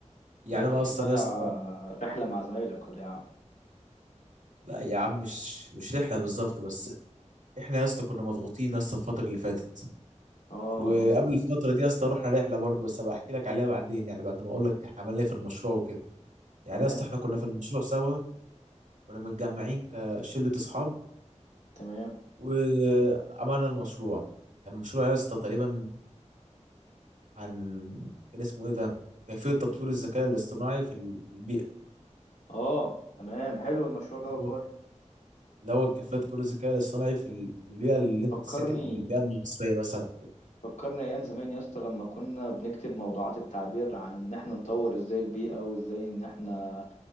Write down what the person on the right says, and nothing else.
يعني
انا
اصلا
يا اسطى
لا يا عم مش مش رحله بالظبط بس احنا يا اسطى كنا مضغوطين يا اسطى الفتره اللي فاتت
وقبل
الفتره دي يا اسطى رحنا رحله برضه بس هبقى احكي لك عليها بعدين يعني بعد ما اقول لك احنا عملنا ايه في المشروع وكده يعني
يا اسطى احنا كنا في المشروع سوا كنا متجمعين كشله اصحاب
وعملنا المشروع كان المشروع يا اسطى تقريبا عن كان اسمه ايه ده كيفية تطوير الذكاء الاصطناعي في ال- في البيئة
الأول الأول كيفية تطوير الذكاء الاصطناعي في ال- في البيئة اللي أنت
ساكن البيئة المصرية مثلا كده.